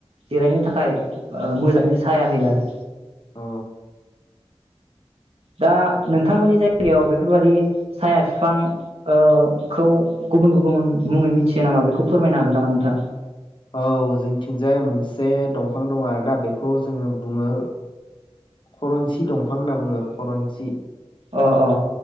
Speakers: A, on the right; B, on the left.
A: जिरायनो थाखाय ओ मोजाङै साया होयो आरो
B: औ।
A: दा नोंथांमोननि जायगायाव बेफोरबाददि साया बिफां ओ खौ गुबुन गुबुन मुङै मिथियो नामा बेखौ फोरमायनो हागोन नामा नोंथाङा?
B: औ जोंथिंजाय मोनसे दंफां दङ आरोना बेखौ जोङो बुङो खरनसि दंफां होनना बुङो खरनसि
A: अ अ।